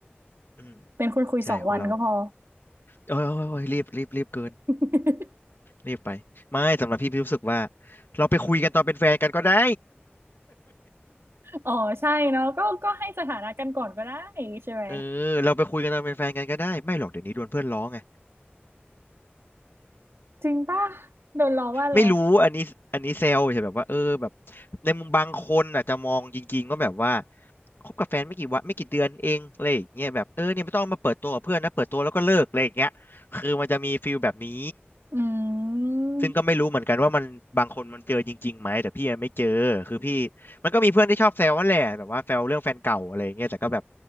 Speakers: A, on the left; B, on the right.
A: อืม
B: เป็นคนคุยสองวันก็พอ
A: ใช่คนเราเอ้ยเอ้ยเอ้ยรีบรีบรีบเกิน
B: <laughs>
A: รีบไปไม่สำหรับพี่พี่รู้สึกว่าเราไปคุยกันตอนเป็นแฟนกันก็ได้
B: อ๋อใช่เนาะก็ก็ให้สถานะกันก่อนก็ได้ใช่ไหม
A: เออเราไปคุยกันตอนเป็นแฟนกันก็ได้ไม่หรอกเดี๋ยวนี้โดนเพื่อนล้อไง
B: จริงป่ะโดนล้อว่าอะไร
A: ไม่รู้อันนี้อันนี้เซลใช่แบบว่าเออแบบในมุมบางคนอาจจะมองจริงๆก็แบบว่าคบกับแฟนไม่กี่วันไม่กี่เดือนเองอะไรอย่างเงี้ยแบบเออเนี่ยไม่ต้องเอามาเปิดตัวกับเพื่อนนะเปิดตัวแล้วก็เลิกอะไรอย่างเงี้ยคือมันจะมีฟีลแบบนี้
B: อืม
A: ซึ่งก็ไม่รู้เหมือนกันว่ามันบางคนมันเจอจริงๆไหมแต่พี่อะไม่เจอคือพี่มันก็มีเพื่อนที่ชอบแซวนั่นแหละแบบว่าแซวเรื่องแฟนเก่าอะไรอย่างเงี้ยแต่ก็แบบ